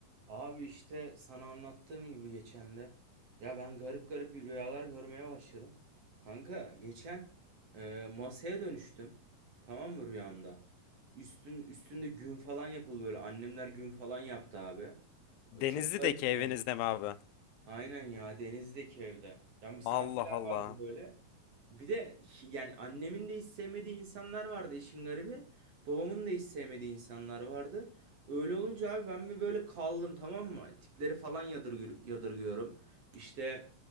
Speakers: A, on the right (about 45°); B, on the left (about 85°).
A: Abi işte sana anlattığım gibi geçen de ya ben garip garip rüyalar görmeye başladım. Kanka geçen e, masaya dönüştüm. Tamam mı rüyamda? Üstün üstünde gün falan yapıldı böyle. Annemler gün falan yaptı abi.
B: Denizli'deki
A: Çok garip
B: evinizde
A: yani.
B: mi abi?
A: Aynen ya denizdeki evde. Ya misafirler
B: Allah Allah.
A: vardı böyle. Bir de yani annemin de hiç sevmediği insanlar vardı işin garibi. Babamın da hiç sevmediği insanlar vardı. Öyle olunca abi ben bir böyle kaldım tamam mı? Tipleri falan yadırgı- yadırgıyorum. İşte